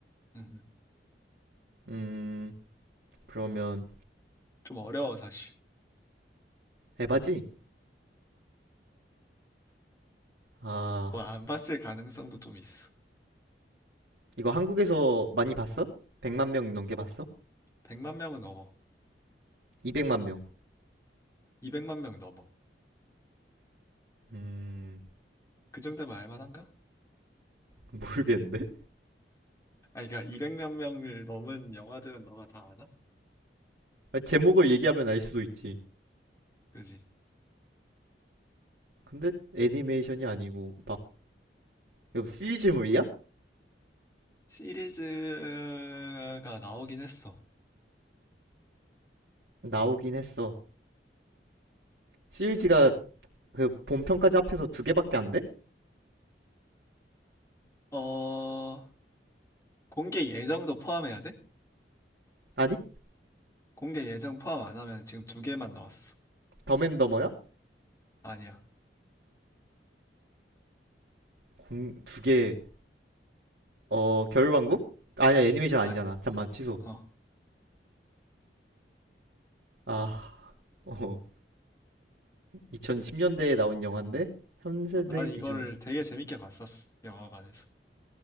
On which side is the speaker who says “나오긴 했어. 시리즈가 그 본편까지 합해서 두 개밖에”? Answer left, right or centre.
Right